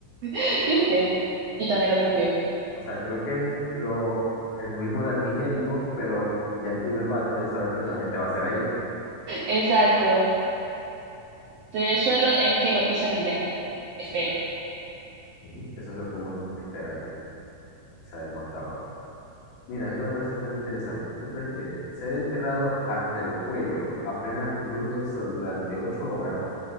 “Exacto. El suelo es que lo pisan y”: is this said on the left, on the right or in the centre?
Right